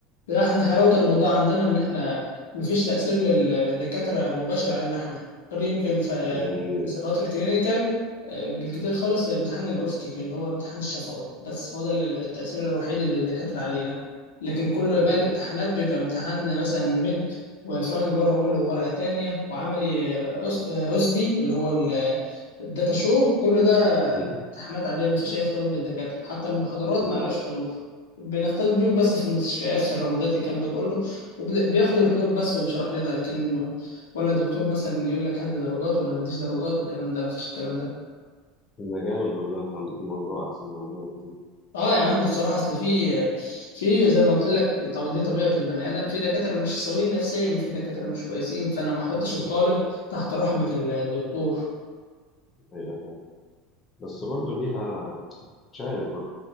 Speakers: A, on the left; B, on the left.
A: لا احنا حلاوة الموضوع عندنا ان احنا مفيش تأثير لل- للدكاترة مباشر علينا احنا غير يمكن في
B: مم،
A: سنوات الكلينيكال آه، بالكتير خالص امتحان الاوسكي اللي هو امتحان الشفوي بس هو ده اللي- التأثير الوحيد اللي الدكاترة علينا لكن كل
B: مم،
A: باقي الامتحانات بيبقى امتحان مثلا ميد وفاينل ورقة أولى وورقة تانية وعملي آه، أس- آه، أسبي اللي هو الداتا شو كل ده
B: مم،
A: امتحانات عادية مفيش أي اختلاط بالدكاترة حتى المحاضرات
B: مم.
A: معلهاش حضور بنختلط بيهم بس في المستشفيات في الراوندات الكلام ده كله وبياخد الحضور بس وبيشرح لنا لكن ما- ولا دكتور مثلا يقول لك هات درجات ولا ما اديش درجات والكلام ده مفيش الكلام ده
B: ده جامد والله أنت عندكم الموضوع أحسن من عندنا بكتير
A: اه يا عم بصراحه اصل في في زي ما قلت لك طب دي طبيعه البني ادم في دكاتره مش سويين نفسيا وفي دكاتره مش كويسين فانا ما احطش
B: بالظبط
A: الطالب تحت رحمه الدكتور
B: هي فعلا بس برضه ليها مش عارف برضه